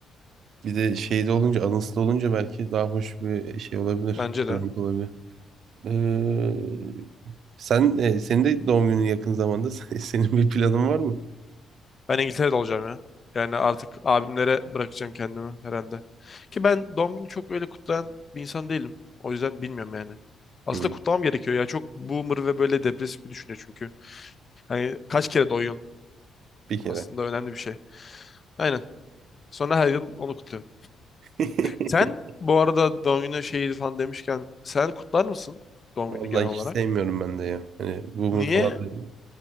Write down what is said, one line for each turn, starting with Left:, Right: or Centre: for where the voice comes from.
Right: Bir de şeyde olunca, anısında olunca belki daha hoş bir şey olabilir.
Left: Bence de.
Right: Event olabilir. Ee, sen, e, senin de doğum günün yakın zamanda. <laughs> Senin bir planın var mı?
Left: Ben İngiltere'de olacağım ya. Yani artık abimlere bırakacağım kendimi herhalde. Ki ben doğum günü çok öyle kutlayan bir insan değilim. O yüzden bilmiyorum yani. Aslında
Right: Hı,
Left: kutlamam gerekiyor ya. Çok boomer ve böyle depresif bir düşünce çünkü. Yani kaç kere doyuyorsun?
Right: bir kere.
Left: Aslında önemli bir şey. Aynen. Sonra her yıl onu kutluyorum.
Right: <laughs>
Left: Sen bu arada doğum günü şeyi falan demişken sen kutlar mısın doğum
Right: Vallahi
Left: günü genel olarak?
Right: hiç sevmiyorum ben de ya. Hani boomer
Left: Niye
Right: falan da.